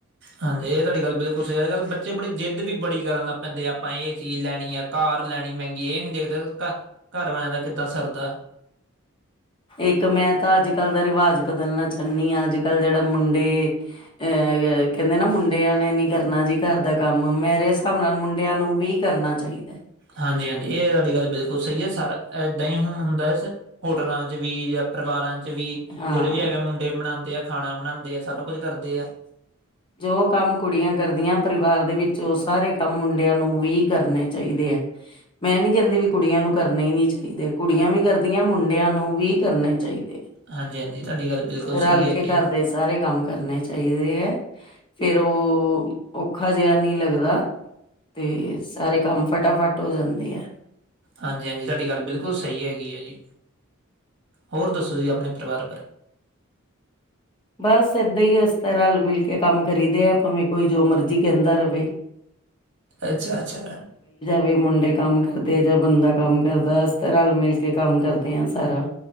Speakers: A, on the right; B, on the left.
A: ਹਾਂਜੀ ਏ ਤਾਡੀ ਗੱਲ ਬਿਲਕੁਲ ਸਈ ਅੱਜ-ਕੱਲ ਬੱਚੇ ਬੜੀ ਜਿੱਦ ਵੀ ਬੜੀ ਕਰਨ ਲੱਗ ਪੈਂਦੇ ਆ ਆਪਾਂ ਏ ਚੀਜ਼ ਲੈਨੀ ਐ। ਕਾਰ ਲੈਨੀ ਮੈਂਗੀ ਏ-ਏ ਨੀ ਦੇਖਦੇ ਘ ਘਰ ਵਾਲਿਆਂ ਦਾ ਕਿੱਦਾਂ ਸਰਦੈ।
B: ਇੱਕ ਮੈਂ ਤਾਂ ਅੱਜ-ਕੱਲ ਦਾ ਰਵਾਜ ਬਦਲਣਾ ਚਾਨੀਂ ਆਂ ਅੱਜ-ਕੱਲ ਜੇੜਾ ਮੁੰਡੇ ਅ ਕੈਂਦੇ ਨਾ ਮੁੰਡਿਆਂ ਨੇ ਨੀ ਕਰਨਾ ਜੀ ਘਰ ਦਾ ਕੰਮ ਮੇਰੇ ਹਿਸਾਬ ਨਾਲ ਮੁੰਡਿਆਂ ਨੂੰ ਵੀ ਕਰਨਾ ਚਾਹੀਦਾ।
A: ਹਾਂਜੀ-ਹਾਂਜੀ, ਇਹ ਤਾਡੀ ਗੱਲ ਬਿਲਕੁਲ ਸਹੀ ਐ, ਸਾਰਾ ਏਦਾਂ ਈ ਹੁ ਹੁੰਦਾ ਵੈਸੇ। ਹੋਟਲਾਂ ਚ ਵੀ ਜਾਂ ਪਰਵਾਰਾਂ ਚ ਵੀ
B: ਹੈ। ਹਾਂ
A: ਜੇੜੇ ਵੀ ਹੈਗੇ ਮੁੰਡੇ ਬਣਾਦੇ ਆ, ਖਾਣਾ ਬਣਾਦੇ ਆ ਸਾਰਾ ਕੁਝ ਕਰਦੇ ਆ।
B: ਜੋ ਕੰਮ ਕੁੜੀਆਂ ਕਰਦੀਆਂ ਪਰਿਵਾਰ ਦੇ ਵਿੱਚ, ਉਹ ਸਾਰੇ ਕੰਮ ਮੁੰਡਿਆਂ ਨੂੰ ਵੀ ਕਰਨੇ ਚਾਹੀਦੇ ਐ। ਮੈਂ ਨੀ ਕਹਿੰਦੀ ਵੀ ਕੁੜੀਆਂ ਨੂੰ ਕਰਨੇ ਹੀ ਨੀ ਚਾਹੀਦੇ ਕੁੜੀਆਂ ਵੀ ਕਰਦੀਆਂ, ਮੁੰਡਿਆਂ ਨੂੰ ਵੀ ਕਰਨੇ ਚਾਹੀਦੇ।
A: ਹਾਂਜੀ-ਹਾਂਜੀ, ਤੁਹਾਡੀ ਗੱਲ ਬਿਲਕੁਲ
B: ਆ।
A: ਸਹੀ
B: ਰਲ ਕੇ
A: ਹੈਗੀ
B: ਘਰ
A: ਐ।
B: ਦੇ ਸਾਰੇ ਕੰਮ ਕਰਨੇ ਚਾਹੀਦੇ ਐ। ਫੇਰ ਓ, ਔਖਾ ਜਿਹਾ ਨਹੀਂ ਲੱਗਦਾ। ਤੇ ਸਾਰੇ ਕੰਮ ਫਟਾਫਟ ਹੋ ਜਾਂਦੇ ਐ।
A: ਹਾਂਜੀ-ਹਾਂਜੀ, ਤੁਹਾਡੀ ਗੱਲ ਬਿਲਕੁਲ ਸਹੀ ਹੈਗੀ ਐ ਜੀ ਹੋਰ ਦੱਸੋ ਜੀ, ਆਪਣੇ ਪਰਿਵਾਰ ਬਾਰੇ।
B: ਬਸ ਏਦਾਂ ਹੀ ਅਸੀ ਤਾ ਰਲ ਮਿਲ ਕੇ ਕੰਮ ਕਰੀ ਦੇ ਐ ਭਾਵੇਂ ਕੋਈ ਜੋ ਮਰਜ਼ੀ ਕੈਂਦਾ ਰਵੇ।
A: ਅੱਛਾ-ਅੱਛਾ।
B: ਵੀ ਮੁੰਡੇ ਕੰਮ ਕਰਦੇ ਜਾਂ ਬੰਦਾ ਕੰਮ ਕਰਦਾ, ਅਸੀ ਤਾਂ ਰਲ ਮਿਲ ਕੇ ਕੰਮ ਕਰਦੇ ਆ ਸਾਰਾ।